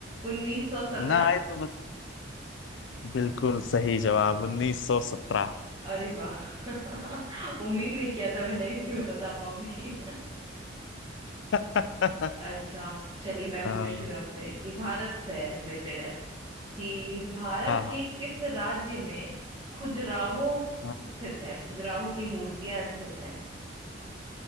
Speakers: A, on the right (about 20°); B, on the left (about 70°).
A: उन्नीस सौ सत्रह
B: ना आए तो मत बिल्कुल सही जवाब 1917
A: अरे वाह <laughs> उम्मीद नहीं किया था मैंने कि मैं बता पाऊंगी
B: <laughs>
A: अच्छा चलिए मैं
B: हाँ
A: पूछती हूँ आपसे कि भारत से रिलेटेड है कि भारत
B: हाँ
A: के किस राज्य में खजुराहो
B: हाँ।
A: स्थित है खजुराहो की मूर्तियां स्थित हैं